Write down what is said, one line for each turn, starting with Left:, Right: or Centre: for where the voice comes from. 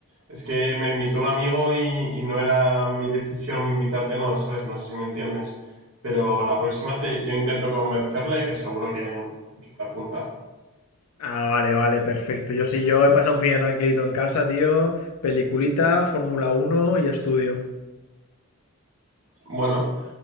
Right: es que me invitó un amigo y, y no era mi decisión invitarte o no, ¿sabes? No sé si me entiendes. Pero la próxima te, yo intento convencerle que seguro que, que te apunta.
Left: Ah, vale, vale, perfecto. Yo sí, yo he pasado un fin de tranquilito en casa, tío. Peliculita, Fórmula Uno y estudio.
Right: Bueno,